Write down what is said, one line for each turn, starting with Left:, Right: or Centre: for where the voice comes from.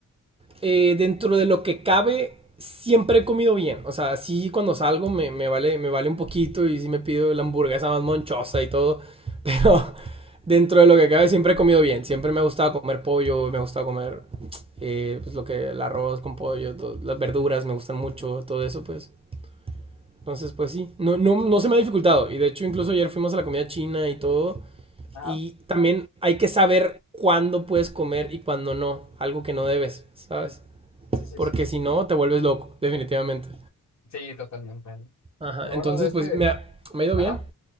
Right: eh, dentro de lo que cabe, siempre he comido bien. O sea, sí cuando salgo me, me, vale, me vale un poquito y sí me pido la hamburguesa más monchosa y todo. Pero <laughs> dentro de lo que cabe siempre he comido bien. Siempre me ha gustado comer pollo, me ha gustado comer eh, pues lo que, el arroz con pollo, todo- las verduras me gustan mucho, todo eso pues. Entonces pues sí, no, no, no se me ha dificultado. Y de hecho incluso ayer fuimos a la comida china y todo.
Left: Ajá.
Right: Y también hay que saber cuándo puedes comer y cuándo no. Algo que no debes, ¿sabes?
Left: Sí, sí,
Right: Porque
Left: sí, sí.
Right: si no, te vuelves loco, definitivamente.
Left: Sí, totalmente.
Right: Ajá,
Left: Pero bueno,
Right: entonces
Left: de este...
Right: pues me ha, me ha ido
Left: Ajá.
Right: bien.